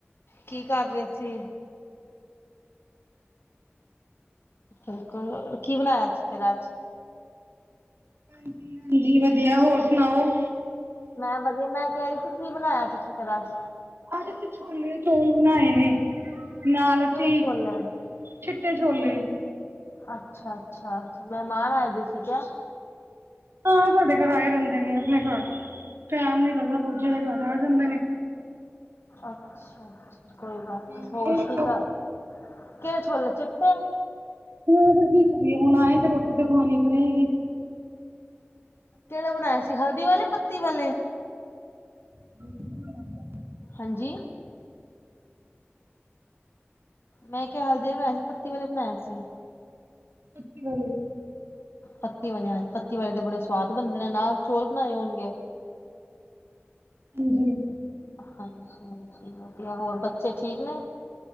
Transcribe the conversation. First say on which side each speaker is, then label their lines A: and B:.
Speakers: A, on the left; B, on the right.
A: ਕੀ ਕਰ ਰਹੇ ਸੀ਼? ਬਿਲਕੁਲ ਕੀ ਬਣਾਇਆ ਸੀ ਫੇਰ ਅੱਜ।
B: ਹਾਂਜੀ-ਹਾਂਜੀ ਵਧੀਆ ਹੋਰ ਸੁਣਾਓ?
A: ਮੈਂ ਵਧੀਆ, ਮੈਂ ਕਹਿ ਰਹੀ ਸੀ ਕੀ ਬਣਾਇਆ ਤੁਸੀਂ ਫੇਰ ਅੱਜ਼?
B: ਆੱਜ ਅਸੀਂ ਛੋਲੇ- ਚੋਲ ਬਣਾਏ ਨੇ। ਨਾਲ ਅਸੀਂ
A: ਕਿਹੜੇ ਛੋਲੇ?
B: ਛਿੱਟੇ ਛੋਲੇ।
A: ਅੱਛਾ-ਅੱਛਾ ਮਹਿਮਾਨ ਆਏ ਦੇ ਸੀ, ਕਿਆ।
B: ਹਾ ਸਾਡੇ ਘਰ ਆਏ ਰਂਹਦੇ ਨੇ, ਆਪਣੇ ਘਰ ਟੈਮ ਨੀ ਲੱਗਦਾ। ਦੂਜੇ ਦੇ ਘਰ ਆ ਜਾਂਦੇ ਨੇ।
A: ਅੱਛਾ-ਅੱਛਾ। ਕੋਈ ਗੱਲ ਨੀ।
B: ਹਾਂ
A: ਹੋਰ ਕੀ ਕਰ ਕਿਹੜੈ ਛੋਲੇ, ਚਿੱਟੇ?
B: ਹਾਂ ਫੇਰ ਕੀ ਕਰੀਏ। ਹੁਣ ਆਏਂ ਤੇ ਰੋਟੀ ਤੇ ਖਵਾਉਣੀ ਪਏਗੀ।
A: ਕਿਹੜਾ ਬਣਾਇਆ ਸੀ ਹਲਦੀ ਵਾਲੇ, ਪੱਤੀ ਵਾਲੇ।
B: ਹਾਂ <unintelligible>
A: ਹਾਂਜੀ? ਮੈਂ ਕਿਹਾ ਹਲਦੀ ਵਾਲੇ ਬਣਾਇਆ ਸੀ, ਪੱਤੀ ਵਾਲੇ ਬਣਾਇਏ ਸੀ।
B: ਪੱਤੀ ਵਾਲੇ।
A: ਪੱਤੀ ਵਾਲੇ ਹਾਂਜੀ, ਪੱਤੀ ਵਾਲੇ ਦੇ ਬੜੇ ਸਵਾਦ ਬਣਦੇ ਨੇ, ਨਾਲ ਚੋਲ ਬਣਾਏ ਹੋਣਗੇ।
B: ਜੀ
A: ਹਾਂਜੀ ਹਾਂਜੀ, ਵਧੀਆ ਹੋਰ ਬੱਚੇ ਠੀਕ ਨੇ।